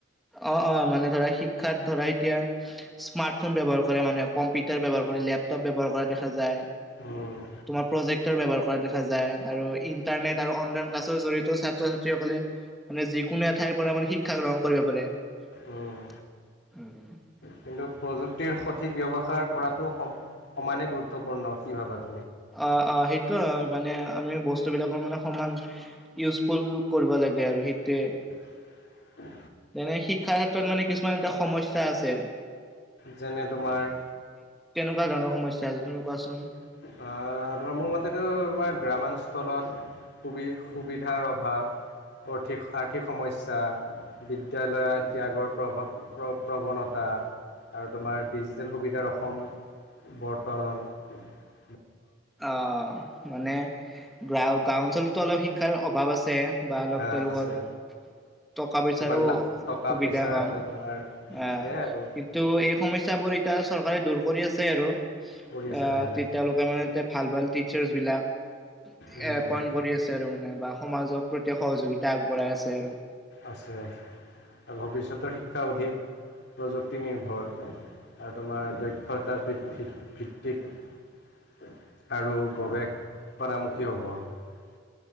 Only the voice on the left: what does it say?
উম
উম কিন্তু প্ৰযুক্তিৰ সঠিক ব্যৱহাৰ কৰাতটো সম সমানে গুৰুত্বপূৰ্ণ কি ভাবা -
<inaudible>
যেনে তোমাৰ-
<unintelligible> সুবি সুবিধাৰ অভাৱ, অতিক আৰ্থীক সমস্যা বিদ্যালয়ৰ ত্যাগৰ প্ৰভাৱ প্ৰ প্ৰৱণতা, আৰু তোমাৰ ডিজিটেল সুবিধাৰ অসম বৰ্তনন -
হা আছে
তোমাৰ লা টকা
পইচাৰ
তাতে তোমাৰ
সেয়াই আৰু
কৰি আছে
লাহে লাহে
উম
আছে ভৱিষ্যতে শিক্ষা অধিক- প্ৰযুক্তি নিৰ্ভৰ আৰু তোমাৰ দক্ষতা বৃতি ভিত্তিত- আৰু গৱেষ চনামুখি হ'ব।